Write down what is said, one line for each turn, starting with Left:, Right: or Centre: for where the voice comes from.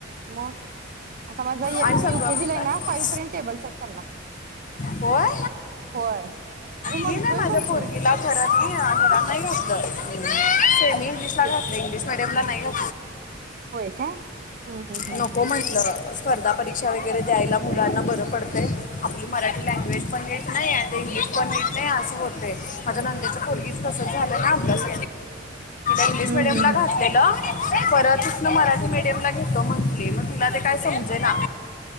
Right: मग आता माझा
Left: आणि
Right: म
Left: सगळं
Right: यु के
Left: म्हणतात
Right: जी ला हाय ना फाव पर्यंत टेबल्स आहेत त्यांना
Left: होय
Right: हो. आणि म्हणतोय
Left: मी नाही माझ्या
Right: पण
Left: पोरगीला
Right: तो
Left: घरात मी नाही घातलं सेमी <unintelligible> मी इंग्लिशला
Right: सीबीएसई
Left: घातलय इंग्लिश मिडियमला नाय <inaudible>
Right: होय काय हम्म हम्म हम्म.
Left: नको म्हटलं स्पर्धा परीक्षा वगैरे द्यायला मुलांना बरं पडतंय आपली मराठी लँग्वेज पण येत नाही इंग्लिश पण येत नाही असं होते माझ्या नंद्याच्या पोरगीच तसं झालं ना अभ्यास इंग्लिश
Right: हम्म
Left: मिडियमला
Right: हम्म
Left: घातलेलं
Right: हम्म
Left: परत ना मराठी मीडियमला घेतो म्हंटले मग तिला ते काय समज ना